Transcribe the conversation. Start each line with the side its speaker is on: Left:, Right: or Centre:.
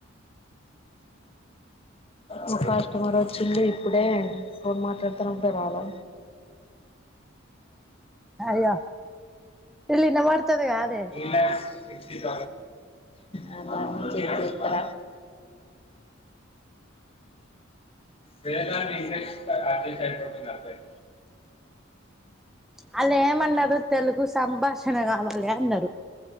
Left: మా కస్టమర్ వచ్చింది ఇప్పుడే ఫోన్ మాట్లాడుతున్నప్పుడే రాల్లా
Centre: అయ్యో వీళ్ళు వినబడుతది కాదే
Left: ర అంట అలా అన్ని చేయకు ఇక్కడ వేదన్ని ఇ అ అయిపడుతున్నారు అే
Centre: వాళ్ళు ఏమన్నారు తెలుగు సంభాషణ కావాలి అన్నారు